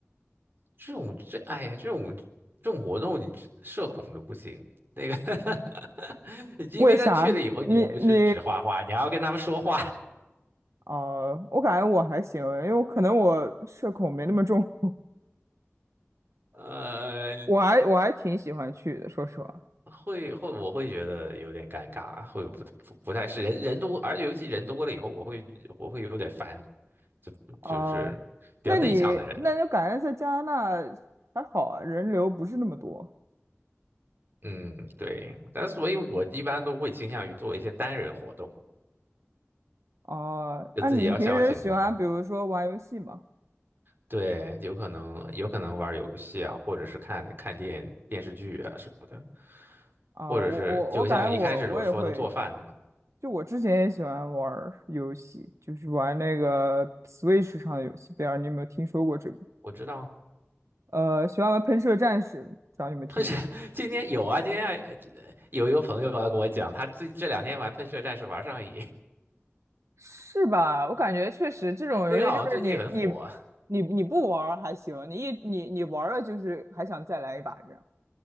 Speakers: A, on the right; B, on the right.
A: 这种这哎呀，这种这种活动你这社恐都不行。那个 <laughs> 因为他去了以后，
B: 为啥？你你
A: 你又不是只画画，你还要跟他们说话，
B: 哦、我感觉我还行，因为我可能我社恐没那么重，<laughs>
A: 呃，
B: 我还我还挺喜欢去的，说实话。
A: 会会我会觉得有点尴尬，会不不不太是人人多，而且尤其人多了以后，我会我会有点烦，
B: 啊、
A: 就是比较内向的人嘛。
B: 那你那就感觉在加拿大还好啊，人流不是那么多。
A: 嗯，对，但所以我一般都会倾向于做一些单人活动，
B: 哦、
A: 就自己要消遣，
B: 那、你平时喜欢比如说玩游戏吗？
A: 的对，有可能有可能玩儿游戏啊，或者是看看电电视剧啊什么的，
B: 啊、
A: 或者是就像一开始我说的做饭嘛，
B: 我我我感觉我我也会，就我之前也喜欢玩儿游戏，就是玩那个 Switch 上的游戏，不知道你有没有听说过这个？
A: 我知道，
B: 呃，喜欢玩喷射战士，不知道你有没有听过？
A: 喷射 <laughs> 今天有啊，今天还有一个朋友啊跟我讲，他最这两天玩喷射战士玩上瘾，
B: 是吧？我感觉确实这种游戏就是你你你你不玩儿还行，
A: <laughs> 那个好像最近很火啊。
B: 你一你你玩儿了就是还想再来一把这样。